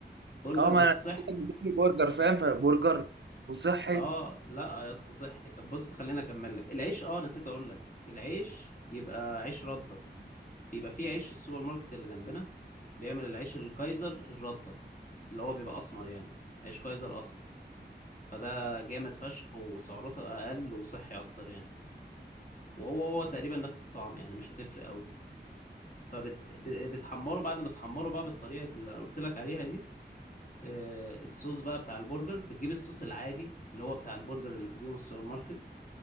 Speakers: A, on the left (about 45°); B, on the right (about 75°).
A: برجر
B: آه ما
A: بس
B: أنا
A: صحي
B: بتاكل برجر فاهم فبرجر وصحي
A: اه لا يا اسطى صحي طب بص خليني اكمل لك العيش اه نسيت اقول لك العيش يبقى عيش رده بيبقى فيه عيش السوبر ماركت اللي جنبنا بيعمل العيش الكايزر الرده اللي هو بيبقى اسمر يعني عيش كايزر اسمر فده جامد فشخ وسعراته اقل وصحي اكتر يعني وهو هو تقريبا نفس الطعم يعني مش هتفرق قوي فبتحمره بعد ما تحمره بقى بالطريقه اللي قلت لك عليها دي آه، الصوص بقى بتاع البرجر بتجيب الصوص العادي اللي هو بتاع البرجر اللي بتجيبه من السوبر ماركت